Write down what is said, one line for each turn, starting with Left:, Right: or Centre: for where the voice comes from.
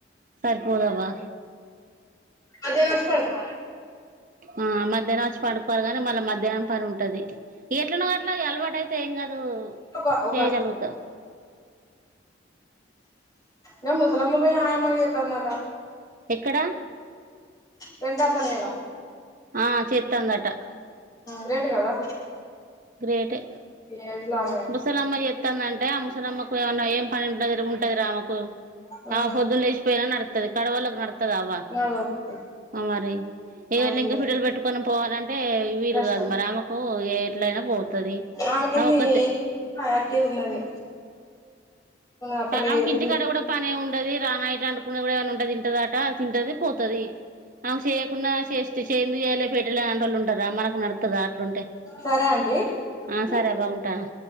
Right: అదిపోదవ్వా.
Left: మధ్యాహ్నం వచ్చి పడుకోవాలె.
Right: ఆ మధ్యాహ్నం వచ్చి పండుకోవాలె కానీ మళ్ళా మధ్యాహ్నం పని ఉంటది. ఎట్లనోగట్లా ఇగ అలవాటు అయితే ఏం కాదు.
Left: ఒక ఒక
Right: చేయగల్గుతవు.
Left: గా ముసలమ్మ పోయి ఆయమ్మగా చేత్తాందటా.
Right: ఎక్కడా?
Left: రెంట్ ఎంతండి ఇయలా.
Right: ఆ చేత్తాందటా.
Left: గ్రేట్ కదా.
Right: గ్రేటే
Left: ఈ ఏజ్ లో ఆమె
Right: ముసలమ్మ చేత్తందంటే ఆ ముసలమ్మకు ఏమన్న ఏం పని ఉండదిరా ఉంటదిరా ఆమెకు.
Left: ఆ
Right: ఆమె పొద్దున లేచిపోయినా నడుతది, కడమోల్లకు నడు త్తదా అవ్వా
Left: నడవదు
Right: మరి
Left: ఆమెది
Right: ఇగ లింక
Left: వేరే
Right: బిడ్డలు పెట్టుకొని పోవాలం అంటే వీలు
Left: కష్టం
Right: కాదు మరి. ఆమెకు ఏ ఎట్లయినా పోతది
Left: ఆమెంది
Right: ఆమె ఒక్కత్తే.
Left: యాక్టివ్ ఉన్నది. అప్పటి
Right: ఆమెకు
Left: తిండి
Right: ఇంటి కాడ కూడా పనేం ఉం డది రా నైట్ అండుకున్నది కూడా ఏమన్నా ఉంటే తింటదాట, తింటది పోతది ఆమె చేయకున్నా చేశి చే ఎందుకు చేయలే పెట్టలే అంటోళ్ళు ఉంటరా. మనకు నడుతదా అట్లుంటే.
Left: సరే ఆంటీ
Right: ఆ సరే అవ్వా ఉంటన్నా.